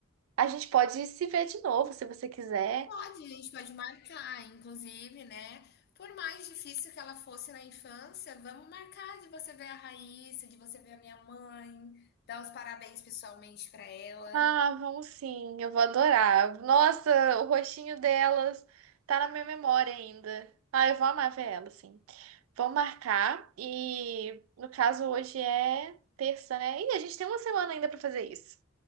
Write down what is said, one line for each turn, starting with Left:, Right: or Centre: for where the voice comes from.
Right: A gente pode se ver de novo, se você quiser.
Left: Pode, a gente pode marcar, inclusive, né? Por mais difícil que ela fosse na infância, vamos marcar de você ver a Raíssa, de você ver a minha mãe, dar os parabéns pessoalmente pra ela.
Right: Ah, vamos sim, eu vou adorar. Nossa, o rostinho delas tá na minha memória ainda. Ah, eu vou amar ver elas, sim. Vamos marcar e, no caso, hoje é terça, né? Ih, a gente tem uma semana ainda pra fazer isso.